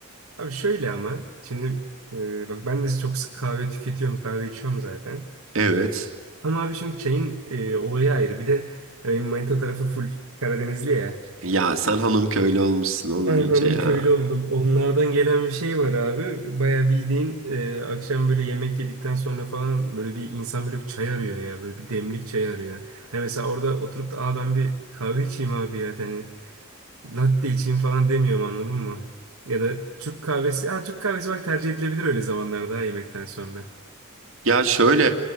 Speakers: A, on the right; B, on the right.
A: abi şöyle ama şimdi e, bak ben de çok sık kahve tüketiyorum kahve içiyorum zaten.
B: Evet.
A: Ama abi şimdi çayın e, olayı ayrı. Bir de benim manita tarafı full Karadenizli ya.
B: Ya sen hanım köylü olmuşsun oğlum
A: Ay
B: iyice
A: hanım
B: ya.
A: köylü oldum. Onlardan gelen bir şey var abi. Baya bildiğin e, akşam böyle yemek yedikten sonra falan böyle bir insan böyle bir çay arıyor ya. Böyle bir demlik çay arıyor. Hani mesela orada oturup da Aa, ben bir kahve içeyim abi ya. Hani latte içeyim falan demiyorum anladın mı? Ya da Türk kahvesi. Ha Türk kahvesi bak tercih edilebilir öyle zamanlarda ha, yemekten sonra.
B: Ya şöyle